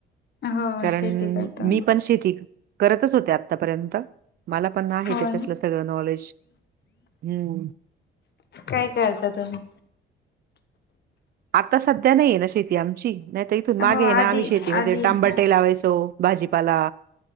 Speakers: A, on the left; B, on the right.
A: हो
B: कारण,
A: शेती करतो आम्ही.
B: मी पण शेती करतच होते आतापर्यंत. मला पण आहे
A: हो
B: त्याच्यातलं
A: ना,
B: सगळं नॉलेज. हम्म.
A: काय करता तुम्ही?
B: आता सध्या नाही आहे ना शेती आमची, नाहीत मागे
A: हो
B: आहे ना,
A: आधी
B: आम्ही शेतीमध्ये
A: आधी
B: टम्बाटे
A: हा.
B: लावायचो भाजीपाला.